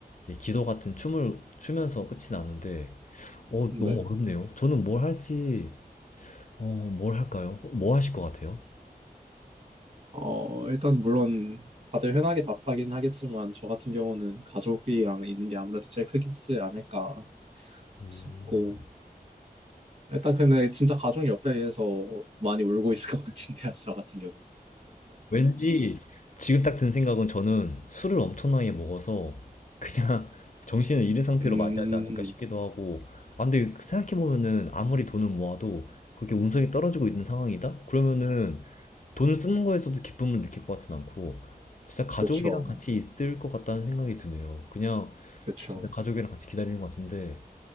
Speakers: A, on the left (about 55°); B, on the right (about 45°).
A: 이렇게 기도 같은 춤을 추면서 끝이 나는데, 어,
B: 네.
A: 너무 어렵네요. 저는 뭘 할지, 어, 뭘 할까요? 뭐 하실 것 같아요?
B: 어, 일단 물론 다들 흔하게 답하긴 하겠지만 저 같은 경우는 가족이랑 있는 게 아무래도 제일 크지 않을까
A: 음.
B: 싶고 일단 근데 진짜 가족 옆에서 많이 울고 있을 것 같은데요, 저 같은 경우는.
A: 왠지 지금 딱 든 생각은 저는 술을 엄청나게 먹어서 그냥 <laughs> 정신을 잃은 상태로
B: 음,
A: 맞이하지 않을까 싶기도 하고 아 근데 생각해보면은 아무리 돈을 모아도 그렇게 운석이 떨어지고 있는 상황이다? 그러면은 돈을 쓰는 거에서도 기쁨을 느낄 것 같진 않고 진짜 가족이랑
B: 그렇죠.
A: 같이 있을 것 같다는 생각이 드네요. 그냥
B: 그렇죠.
A: 진짜 가족이랑 같이 기다리는 것 같은데